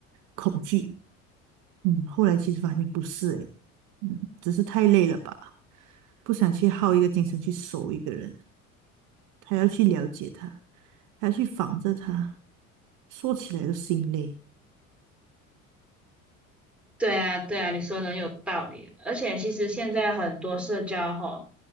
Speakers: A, on the right (about 45°); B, in the centre.
A: 恐惧，嗯，后来其实发现不是诶，嗯，只是太累了吧，不想去耗一个精神去熟一个人，还要去了解他，还要去防着他，说起来都心累。
B: 对啊，对啊，你说的很有道理。而且其实现在很多社交吼，